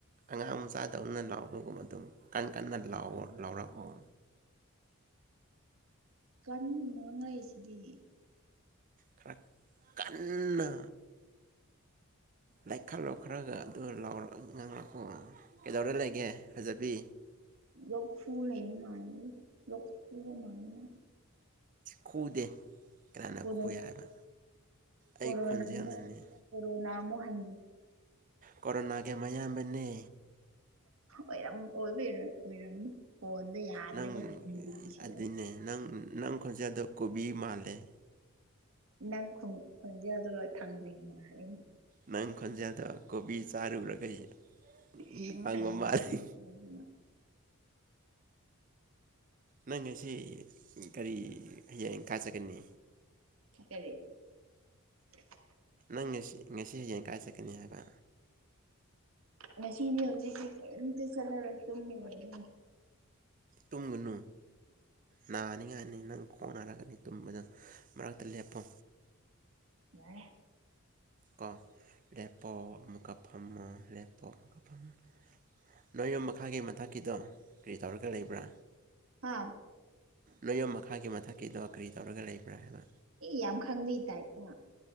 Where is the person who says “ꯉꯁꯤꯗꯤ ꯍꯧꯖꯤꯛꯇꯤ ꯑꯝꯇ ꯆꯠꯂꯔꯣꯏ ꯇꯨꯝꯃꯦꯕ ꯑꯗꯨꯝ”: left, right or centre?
Right